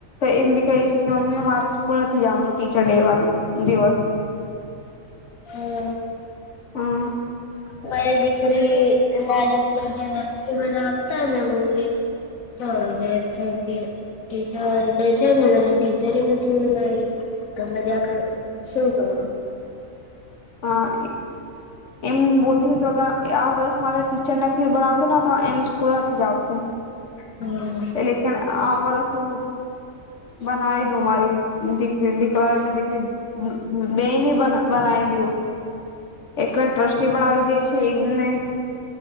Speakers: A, on the left; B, on the left.
A: એમ બી કહે છે કે, મમ્મી મારે સ્કૂલ નથી જવા. નું ટીચર ડે વા દિવસ
B: હા
A: હમ્મ
B: મારે દીખરે નાદવ જ બના <unintelligible>
A: હા એ એમ બોધ્યું આ વર્ષ મારે ટીચર નથી બનાવતું તો એ સ્કૂલ નથી જ આવતું.
B: હમ્મ
A: એટલે કે આ વરષુ બનાવી દું મારી દીકરી દીકરાને દીકરી બેની બનાવી એકને ટ્રસ્ટી બનાવી દે છે. એકને